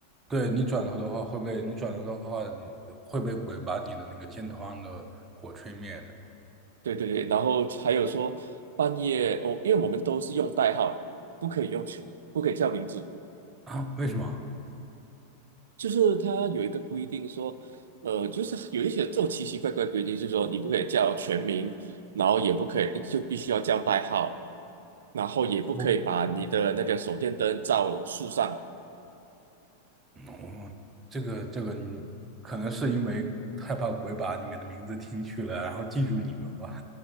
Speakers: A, on the right; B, on the right.
A: 对你转头的话会被你转头的话你会被鬼把你的那个肩头上的火吹灭的
B: 对对对，然后还有说半夜，我因为我们都是用代号，不可以用全，不可以叫名字。
A: 啊？为什么？
B: 就是它有一个规定说，呃，就是有一些这种奇奇怪怪的规定，就是说你不可以叫全名，然后也不可以就必须要叫代号，然后也不可以把你的那个手电灯照树上，
A: 我我这个这个你可能是因为害怕鬼把你们的名字听去了，然后记住你们吧。